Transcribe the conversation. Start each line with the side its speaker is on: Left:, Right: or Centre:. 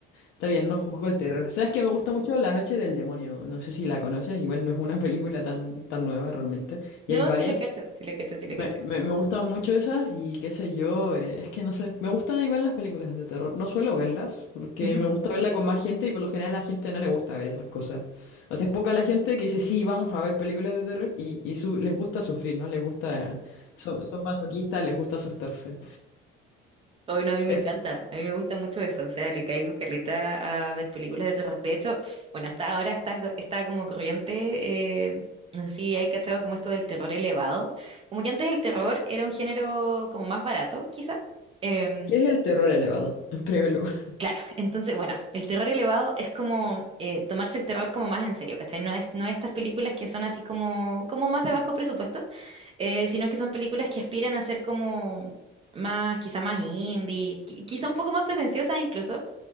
Left: está bien, no juzgo el terror. ¿Sabes que me gusta mucho La Noche del Demonio? No sé si la conoces, igual no es una <laughs> película tan, tan nueva realmente.
Right: No,
Left: Y hay varias.
Right: sí la cacho, sí la cacho, sí la cacho.
Left: Me, me, me gustan mucho esas y qué sé yo, eh, es que no sé, me gustan igual las películas de terror, no suelo verlas porque
Right: Ujú.
Left: me gusta verla con más gente y por lo general a la gente no le gusta ver esas cosas. O sea, es poca la gente que dice, sí, vamos a ver películas de terror y, y su- les gusta sufrir, ¿no? Les gusta, son, son masoquistas, les gusta asustarse.
Right: Hoy no, a mí
Left: El-
Right: me encanta, a mí me gusta mucho eso, o sea, le caigo caleta a ver películas de terror. De hecho, bueno, hasta ahora está, co- está como corriente, eh, no sé si hay cachado como esto del terror elevado, como que antes el terror era un género como más barato, quizá. Em,
Left: ¿Qué es el terror elevado? <laughs> En primer lugar.
Right: claro, entonces, bueno, el terror elevado es como eh, tomarse el terror como más en serio, ¿cachai? No es, no estas películas que son así como, como más de bajo presupuesto eh, sino que son películas que aspiran a ser como más, quizá más indie, qui- quizá un poco más pretenciosas incluso,